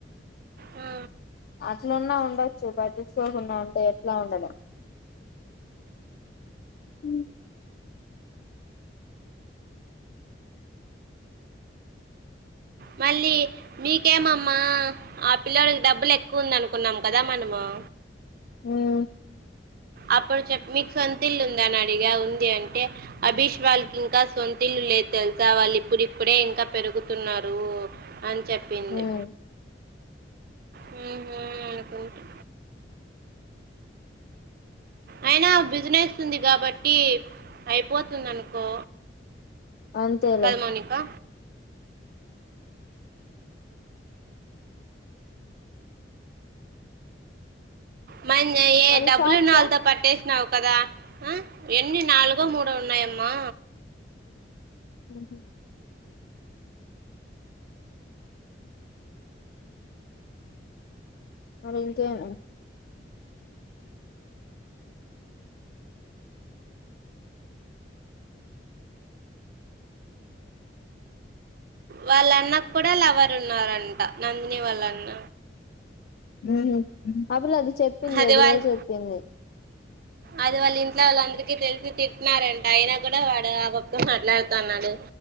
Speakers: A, on the right; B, on the left.
A: హ
B: అట్లున్నా ఉండొచ్చు పట్టిచుకోకుండా ఉంటే ఎట్లా ఉండడం హ్మ్
A: మళ్ళీ మీకేమమ్మా ఆ పిల్లడికి డబ్బులు ఎక్కువ ఉంది అనుకున్నాం కదా మనము ఆ
B: హ్మ్
A: అప్పుడు చెప్పు మీకు సొంత ఇల్లు ఉందా అని అడిగా ఉంది అంటే అభిష్ వాళ్ళకి ఇంకా సొంతిల్లు లేదు తెలుసా వాళ్ళు ఇప్పుడు ఇప్పుడే ఇంకా పెరుగుతున్నారు అని చెప్పింది
B: ఉమ్
A: హ్మ్ హు అనుకుంటా అయినా బిజినెస్ ఉంది కాబట్టి అయిపోతుంది అనుకో
B: అంతేలే
A: పది మౌనికా మనయే
B: మళ్ళీ
A: డబ్బులు
B: షాప్సా
A: ఉన్న వాళ్ళతో పట్టేసినవు కదా మ్మ్ ఎన్ని నాలుగో మూడో ఉన్నాయమ్మా
B: హ్మ్ మరి ఇంకేం
A: వాళ్ళ అన్న కూడా లవర్ ఉన్నారంట నందిని వాళ్ళన్న
B: హ్మ్ అ పిల్ల అది చెప్పింది
A: అది
B: ఎప్పుడో
A: వాళ్ళ
B: చెప్పింది
A: అది వాళ్ళు ఇంట్లో వాళ్ళు అందరికి తెలిసి తిట్టినారంట అయిన కూడా వాడు ఆ పాప తో మాట్లాడుతూన్నాడు